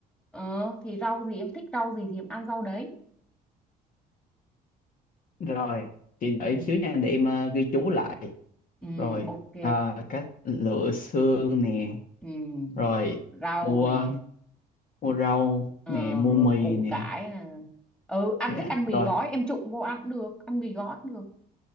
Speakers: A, in the centre; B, on the left (about 55°).
A: ờ thì rau gì em thích rau gì thì em ăn rau đấy
B: rồi chị đợi
A: ừ
B: em xíu nha để em à, ghi chú lại
A: ừ
B: rồi
A: ok
B: à, cách lựa xương nè
A: ừ
B: rồi
A: rau
B: mua
A: nè
B: mua rau
A: ờ,
B: nè mua
A: rồi
B: mì
A: củ
B: nè
A: cải nè ừ ăn
B: dạ
A: thích ăn mì
B: rồi
A: gói em trụng vô ăn cũng được ăn mì gói cũng được